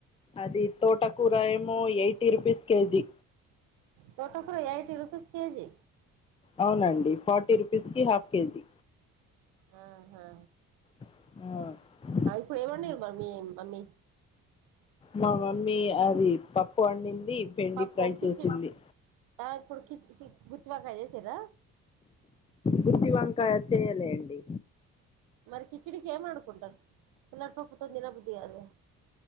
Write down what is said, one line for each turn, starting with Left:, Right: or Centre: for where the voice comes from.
Left: అది తోటకూర ఏమో ఎయిటీ రుపీస్ కేజీ
Right: తోటకూర ఎయిటి రుపీస్ కేజీ
Left: అవునండి ఫార్టీ రూపీస్ కి హాఫ్ కేజీ
Right: ఆహా
Left: ఆ
Right: ఆ ఇప్పుడు ఏమండిరు మరి మీ మమ్మీ
Left: మా మమ్మీ అది పప్పు వండింది బెండి
Right: పప్పు
Left: ఫ్రై
Right: కిచడి
Left: చేసింది
Right: ఇప్పుడు కి కి గుత్వాకాయ చేసిరా
Left: గుతి వంకాయ చేయలే అండి
Right: మరి కిచిడి చేమనుకుంటారు పూల్లటి పప్పుతో తినబుద్ధి కాదు కదా